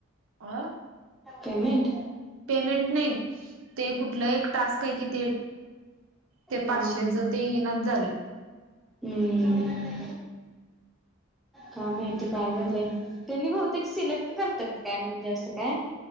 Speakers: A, on the right; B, in the centre.
A: अ
B: पेमेंट
A: पेमेंट नाही ते कुठलं एक टास्क आहे कि ते ते
B: हा
A: पाचशेच
B: हा
A: ते येईनाच झालंय.
B: हम्म काय
A: कधी
B: माहिती
A: येतंय
B: काय
A: माहित
B: झालंय. त्यांनी बहुतेक सिलेक्ट करतात काय म्हणजे असं काय?